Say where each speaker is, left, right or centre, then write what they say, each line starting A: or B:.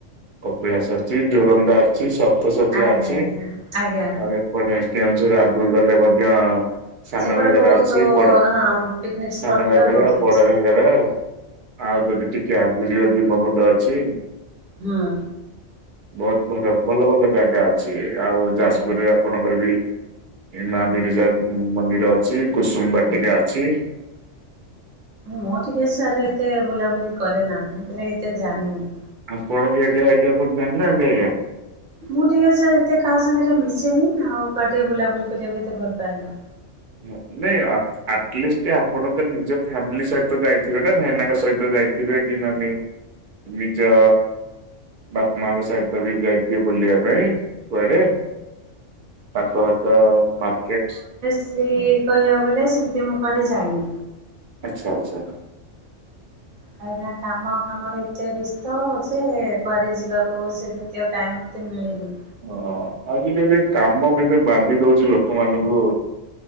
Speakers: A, on the right; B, on the right.
A: କପିଳାସ ଅଛି ଜୋରନ୍ଦା ଅଛି ସପ୍ତସଜ୍ୟ
B: ଆଜ୍ଞା
A: ଅଛି
B: ଆଜ୍ଞା
A: ଆ
B: ଆଜ୍ଞା
A: <unintelligible> କେଉଝର ଆଗକୁ ଗଲେ ମଧ୍ୟ ସାନ
B: ସେପଟେ
A: ଘାଗରା
B: ବହୁତ
A: ଅଛି ବଡ
B: ହଁ ପିକନିକ
A: ସାନ
B: ସ୍ପଟ ଗୁଡା
A: ଘାଗରା
B: ବହୁତ ଅଛି।
A: ବଡ ଘାଗରା। ଆଉ ଯଦି ଟିକେ ଆଗକୁ ଯିବେ ଭୀମକୁୁଣ୍ଡ ଅଛି।
B: ହଁ।
A: ବହୁତ ଭଲ ଭଲ ଭଲ ଜାଗା ଅଛି, ଆଉ ଯାଜପୁରରେ
B: ଆଜ୍ଞା
A: ଆପଣଙ୍କର ବି ମା ବିରିଜା ମନ୍ଦିର ଅଛି, କୁସୁମବାଟିକା
B: ହୁଁ
A: ଅଛି।
B: ମୁଁ ଟିକେ ସାର୍ ଏତେ ବୁଲାବୁଲି କରେ ନା ହେଥିଲା ଏତେ ଜାଣିନି।
A: ଆପଣ ଙ୍କ ଏରିଆ ହେଇକି ଆପଣ ଜାଣିନାହାନ୍ତି ଆଜ୍ଞା।
B: ମୁଁ ଟିକେ ସାର୍ ଏତେ କାହା ସାଙ୍ଗରେ ମିଶେନି, ଆଉ କାହା ଟିକେ ବୁଲାବୁଲି କରିବାକୁ କେତେ ଭଲ ପାଏନା।
A: <unintelligible> ଆଟଲିଷ୍ଟ୍ ଆପଣ ତ ନିଜ ଫ୍ୟାମିଲି ସହିତ ଯାଇଥିବେ ନା ଭାଇନାଙ୍କ ସହିତ ଯାଇଥିବେ କି ନନି ନିଜ ବାପା ମାଆଙ୍କ ସହିତ ବି ଯାଇଥିବେ ବୁଲିବା ପାଇଁ କୁଆଡେ? ପାଖ ପାଖ ମାର୍କେଟ <unintelligible>
B: ସେ କହିବାକୁ ଗଲେ ସେମିତି ମୁଁ କଆଡେ ଯାଇନି।
A: ଆଚ୍ଛା ଆଚ୍ଛା।
B: କାହିଁକି ନା କାମ ଫାମରେ ଏତେ ବ୍ୟସ୍ତ ଯେ କୁଆଡ଼େ ଯିବାକୁ ସେ <unintelligible> ଟାଇମ୍ ମୋତେ ମିଳେନି।
A: ହଁ ଆଜିକାଲି କାମ କିନ୍ତୁ ବାନ୍ଧି ଦୋଉଚି ଲୋକମାନଙ୍କୁ।